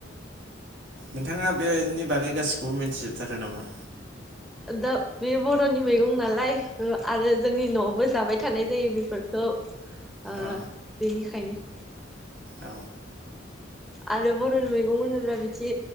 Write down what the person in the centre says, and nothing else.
दा बे बर'नि मैगं नालाय आरो जोंनि न'आवबो जाबाय थानाय जायो बेफोरखौ बेनिखायनो
आरो बर'नि मैगं होनोब्ला बिदि